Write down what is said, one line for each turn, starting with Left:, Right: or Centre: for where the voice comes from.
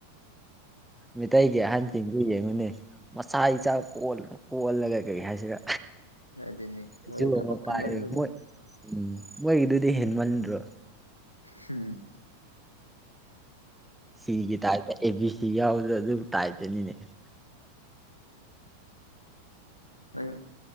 Centre: ꯃꯤꯇꯩꯒꯤ ꯑꯍꯟꯁꯤꯡꯗꯤ ꯌꯦꯡꯉꯨꯅꯦ ꯃꯁꯥ ꯏꯆꯥ ꯀꯣꯜ ꯀꯣꯜꯂꯒ ꯀꯔꯤ ꯍꯥꯏꯁꯤꯔ
Left: ꯑꯗꯨꯅꯤ
Centre: ꯆꯩꯁꯨ
Left: ꯃꯣꯏꯗꯣ ꯊꯕꯛ
Centre: ꯑꯃ ꯄꯥꯏ
Left: ꯀꯟꯃꯟꯕꯒꯤꯅꯤ
Centre: ꯃꯣꯏ ꯎꯝ ꯃꯣꯏꯒꯤꯗꯨꯗꯤ ꯍꯦꯟꯃꯟ ꯑꯗꯨ
Left: ꯍꯨꯝ
Centre: ꯁꯤꯒꯤ ꯇꯥꯏꯞꯇ ꯑꯦ ꯕꯤ ꯁꯤ ꯌꯥꯎꯕꯗꯨ ꯑꯗꯨꯏ ꯇꯥꯏꯞꯇꯅꯤꯅꯦ
Left: ꯅꯪ